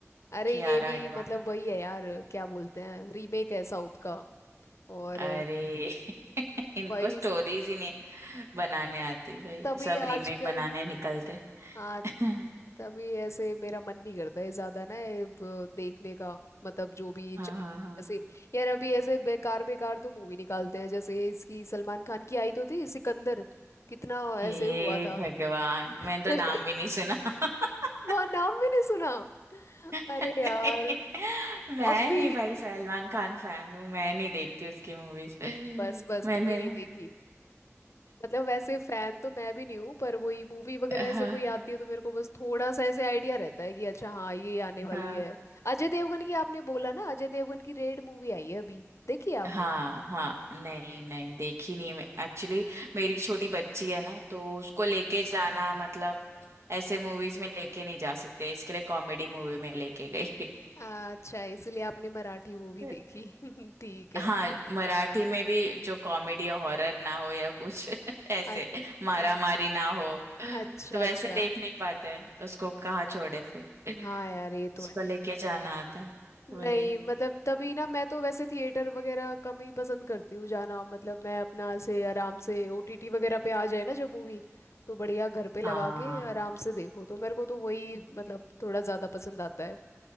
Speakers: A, on the left; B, on the right.
A: अरे
B: कियारा
A: ये भी
B: आडवाणी
A: मतलब वही है यार क्या बोलते हैं रीमेक है साउथ का और
B: अरे <laughs> इनको
A: भाई
B: स्टोरीज ही नहीं बनाने आती भाई
A: तभी
B: सब
A: आजकल
B: रीमेक बनाने निकलते
A: हाँ
B: <laughs> हाँ
A: तभी ऐसे मेरा मन नहीं करता है ज्यादा ना ये ब- देखने का मतलब जो भी
B: हाँ
A: च-
B: हाँ
A: ऐसे यार अभी ऐसे बेकार बेकार तो मूवी निकालते हैं जैसे इसकी सलमान खान की आई तो थी सिकंदर कितना ऐसे
B: हे
A: हुआ था
B: भगवान
A: <laughs>
B: मैंने तो नाम भी नहीं सुना <laughs>
A: वहां नाम भी नहीं सुना
B: <laughs>
A: अरे
B: नहीं,
A: यार
B: मैं
A: अभी
B: नहीं भाई सलमान खान फैन हूँ मैं नहीं देखती उसकी मूवीज <laughs>
A: बस बस
B: मैंने
A: तभी नहीं देखी मतलब वैसे फैन तो मैं भी नहीं हूँ पर वही मूवी वगैरह ऐसे
B: हाँ
A: कोई आती है तो मेरे को बस थोड़ा सा ऐसे आइडिया रहता है कि अच्छा हाँ ये आने वाली
B: हाँ
A: है अजय देवगन की आपने बोला ना अजय देवगन की रेड मूवी आई है अभी देखी है आपने
B: हाँ हाँ नहीं नहीं देखी नहीं है एक्चुअली मेरी छोटी बच्ची है ना तो उसको लेके जाना मतलब ऐसे मूवीज में लेके नहीं जा सकते इसके लिए कॉमेडी मूवी में लेके गई
A: अच्छा इसलिए आपने मराठी मूवी
B: <laughs>
A: देखी <laughs> ठीक है
B: हाँ मराठी में भी जो कॉमेडी या हॉरर ना हो या कुछ <laughs> ऐसे
A: अ-
B: मारा
A: अर-
B: मारी ना हो
A: अच्छा
B: तो वैसे
A: अच्छा
B: देख नहीं पाते हैं उसको कहाँ छोड़े फिर
A: हाँ यार ये
B: उसको
A: तो है
B: लेके जाना होता है
A: नहीं
B: वही
A: मतलब तभी ना मैं तो वैसे थिएटर वगैरह कम ही पसंद करती हूँ जाना मतलब मैं अपना से आराम से ओटीटी वगैरह पे आ जाए ना जब मूवी तो बढ़िया घर पे लगा
B: हाँ
A: के आराम से देखो तो मेरे को तो वही मतलब थोड़ा ज़्यादा पसंद आता है